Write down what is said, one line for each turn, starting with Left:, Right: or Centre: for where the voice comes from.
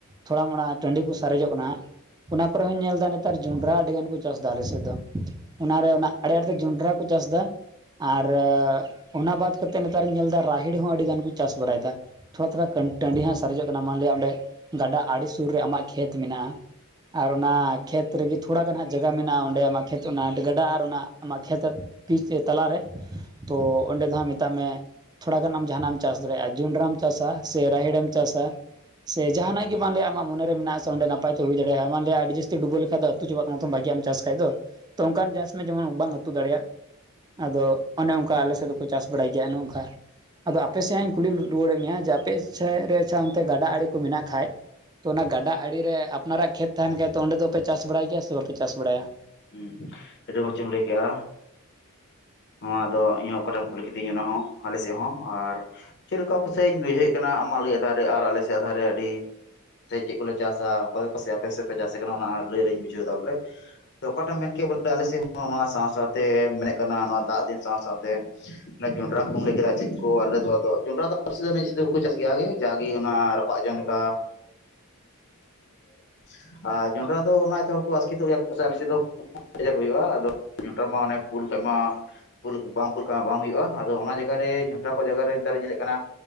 Right: ᱛᱷᱚᱲᱟ ᱢᱚᱲᱟ ᱴᱟᱺᱰᱤ ᱠᱚ ᱥᱟᱨᱮᱡᱚᱜ ᱠᱟᱱᱟ, ᱚᱱᱟ ᱠᱚᱨᱮ ᱦᱚᱧ ᱧᱮᱞ ᱫᱟ ᱱᱮᱛᱟᱨ ᱡᱚᱱᱰᱨᱟ ᱟᱹᱰᱤ ᱜᱟᱱ ᱠᱚ ᱪᱟᱥ ᱮᱫᱟ ᱟᱞᱮ ᱥᱮᱫ ᱫᱚ᱾ ᱚᱱᱟᱨᱮ ᱚᱱᱟ ᱟᱲᱮ ᱟᱲᱛᱮ ᱡᱚᱸᱰᱨᱟ ᱠᱚ ᱪᱟᱥᱫᱟ, ᱟᱨ ᱚᱱᱟ ᱵᱟᱫ ᱠᱟᱛᱮ ᱠᱟᱛᱮ ᱱᱮᱛᱟᱨᱤᱧ ᱧᱮᱞ ᱮᱫᱟ ᱨᱟᱦᱮᱲ ᱦᱚᱸ ᱟᱹᱰᱤ ᱜᱟᱱ ᱠᱚ ᱪᱟᱥ ᱵᱟᱲᱟᱭᱮᱫᱟ᱾ ᱛᱷᱚᱲᱟ ᱛᱷᱚᱲᱟ ᱴᱟᱺᱰᱤ ᱦᱚᱸ ᱥᱟᱨᱮᱡᱚᱜ ᱠᱟᱱᱟ ᱢᱟᱱᱞᱤᱭᱟ ᱚᱸᱰᱮ ᱜᱟᱰᱟ ᱟᱹᱰᱤ ᱥᱩᱨ ᱨᱮ ᱟᱢᱟᱜ ᱠᱷᱮᱛ ᱢᱮᱱᱟᱜᱼᱟ, ᱟᱨ ᱚᱱᱟ ᱠᱷᱮᱛ ᱨᱮᱜᱮ ᱛᱷᱚᱲᱟᱜᱟᱱ ᱦᱟᱸᱜ ᱡᱟᱭᱜᱟ ᱢᱮᱱᱟᱜᱼᱟ ᱚᱸᱰᱮ ᱟᱢᱟᱜ ᱠᱷᱮᱛ ᱚᱱᱟ ᱜᱟᱰᱟ ᱟᱨ ᱚᱱᱟ ᱟᱢᱟᱜ ᱠᱷᱮᱛ ᱯᱤᱪ ᱛᱟᱞᱟᱨᱮ ᱛᱚ ᱚᱸᱰᱮ ᱡᱟᱦᱟᱸ ᱢᱮᱛ ᱢᱮᱛᱟᱜ ᱢᱮ ᱛᱷᱚᱲᱟ ᱜᱟᱱ ᱟᱢ ᱡᱟᱦᱟᱱᱟᱜ ᱮᱢ ᱪᱟᱥ ᱫᱟᱲᱮᱭᱟᱜᱼᱟ ᱡᱚᱸᱰᱨᱟᱢ ᱪᱟᱥᱟ ᱥᱮ ᱨᱟᱦᱮᱲᱮᱢ ᱪᱟᱥᱟ, ᱥᱮ ᱡᱟᱦᱱᱟᱜ ᱜᱮ ᱢᱟᱱᱞᱤᱭᱟ ᱟᱢᱟᱜ ᱢᱚᱱᱮᱨᱮ ᱢᱮᱱᱟᱜ ᱟ ᱥᱮ ᱚᱸᱰᱮ ᱱᱟᱯᱟᱭ ᱛᱮ ᱦᱩᱭ ᱫᱟᱲᱭᱟᱜᱼᱟ ᱢᱟᱱᱞᱮᱭᱟ ᱟᱹᱰᱤ ᱡᱟᱹᱥᱛᱤ ᱰᱩᱵᱟᱹᱣ ᱞᱮᱠᱷᱟᱡ ᱫᱚ, ᱩᱛᱩ ᱪᱟᱵᱟᱜ ᱛᱟ ᱵᱷᱟᱜᱭᱟᱜ ᱮᱢ ᱪᱟᱥ ᱠᱷᱟᱡ ᱫᱚ ᱛᱚ ᱚᱱᱠᱟᱱ ᱪᱟᱥ ᱢᱮ ᱡᱮᱢᱚᱱ ᱵᱟᱝ ᱩᱛᱩ ᱫᱟᱲᱮᱭᱟᱜ᱾ ᱟᱫᱚ ᱚᱱᱮ ᱚᱱᱠᱟ ᱟᱞᱮ ᱥᱮᱫ ᱫᱚᱠᱚ ᱪᱟᱥ ᱵᱟᱲᱟᱭ ᱜᱮᱭᱟ ᱚᱱᱮ ᱚᱝᱠᱟ᱾ ᱟᱫᱚ ᱟᱯᱮ ᱥᱮᱫ ᱤᱧ ᱠᱩᱞᱤ ᱨᱩᱣᱟᱹᱲᱮᱫ ᱢᱮᱭᱟ ᱡᱮ ᱟᱯᱮ ᱥᱮᱫ ᱨᱮ ᱟᱪᱷᱟ ᱚᱱᱛᱮ ᱜᱟᱰᱟ ᱟᱲᱮ ᱠᱚ ᱢᱮᱱᱟᱜ ᱠᱷᱟᱡ ᱛᱚ ᱚᱱᱟ ᱜᱟᱰᱟ ᱟᱲᱮᱨᱮ ᱟᱯᱱᱟᱨᱟᱜ ᱠᱷᱮᱛ ᱛᱟᱦᱮᱱ ᱠᱷᱟᱡ ᱛᱚ ᱚᱸᱰᱮ ᱫᱚ ᱯᱮ ᱪᱟᱥ ᱵᱟᱲᱟᱭ ᱜᱮᱭᱟ ᱥᱮ ᱵᱟᱯᱮ ᱪᱟᱥ ᱵᱟᱲᱟᱭᱟ?
Left: ᱦᱩᱸ ᱟᱹᱰᱤ ᱢᱚᱸᱡ ᱮᱢ ᱞᱟᱹᱭ ᱠᱮᱜᱼᱟ᱾ ᱱᱚᱣᱟ ᱫᱚ ᱤᱧ ᱦᱚᱸ ᱚᱠᱟᱴᱟᱜ ᱮᱢ ᱠᱩᱞᱤ ᱠᱤᱫᱤᱧ ᱚᱱᱟ ᱦᱚᱸ ᱟᱞᱮ ᱥᱮᱫ ᱦᱚᱸ ᱟᱨ ᱪᱮᱫ ᱞᱮᱠᱟ ᱯᱟᱥᱮᱡ ᱤᱧ ᱵᱩᱡᱷᱟᱹᱣᱮᱫ ᱠᱟᱱᱟ ᱟᱢᱟᱜ ᱞᱟᱹᱭ ᱫᱷᱟᱨ ᱟᱨ ᱟᱞᱮᱥᱭᱟᱜ ᱟ ᱫᱷᱟᱨᱮ ᱟᱹᱰᱤ ᱥᱮ ᱪᱮᱫ ᱠᱚᱞᱮ ᱪᱟᱥᱟ, ᱚᱠᱟ ᱜᱮ ᱟᱯᱮ ᱥᱮᱫ ᱯᱮ ᱪᱟᱥ ᱟᱠᱟᱱᱟ ᱚᱱᱟ ᱞᱟᱹᱭ ᱨᱮᱧ ᱵᱩᱡᱷᱟᱹᱣ ᱮᱫᱟ ᱵᱚᱞᱮ᱾ ᱚᱠᱟᱴᱟᱜ ᱮᱢ ᱢᱮᱱ ᱠᱮᱫᱟ ᱵᱚᱞᱮ ᱟᱞᱮ ᱥᱮᱫ ᱦᱚᱸ ᱱᱚᱣᱟ ᱥᱟᱶ ᱥᱟᱶᱛᱮ ᱢᱮᱱᱮᱫ ᱠᱟᱱᱟ ᱱᱚᱣᱟ ᱫᱟᱜ ᱫᱤᱱ ᱥᱟᱶ ᱥᱟᱶᱛᱮ, ᱡᱚᱸᱰᱨᱟ ᱠᱚᱢ ᱞᱟᱹᱭ ᱠᱮᱫᱟ ᱪᱮᱫ ᱠᱚ ᱟᱞᱮ ᱡᱚᱱᱰᱨᱟ ᱪᱟᱥ ᱜᱮᱭᱟ, ᱡᱟᱜᱮ ᱚᱱᱟ ᱜᱟᱯᱟ ᱡᱚᱢ ᱞᱮᱠᱟ <inaudible> ᱟᱨ ᱡᱚᱱᱰᱨᱟ ᱫᱚ ᱚᱱᱟᱛᱮ ᱦᱚᱲ ᱠᱚ ᱟᱥᱠᱮᱛᱚᱜ ᱜᱮᱭᱟ ᱠᱚ, ᱟᱞᱮ ᱥᱮᱫ ᱫᱚ ᱠᱟᱡᱟᱠ ᱦᱩᱭᱩᱜᱼᱟ ᱟ ᱡᱚᱱᱰᱨᱟ ᱢᱟ ᱚᱱᱮ <inaudible> ᱢᱟ ᱯᱩ ᱵᱟᱝ ᱯᱩ ᱞᱮᱠᱷᱟᱱ ᱵᱟᱝ ᱦᱩᱭᱩᱜᱼᱟ ᱟᱫᱚ ᱚᱱᱟ ᱡᱟᱭᱜᱟ ᱨᱮ ᱡᱷᱚᱱᱰᱨᱟ ᱡᱟᱭᱜᱟ ᱱᱮᱛᱟᱨ ᱧᱮᱞᱮᱫ ᱠᱟᱱᱟ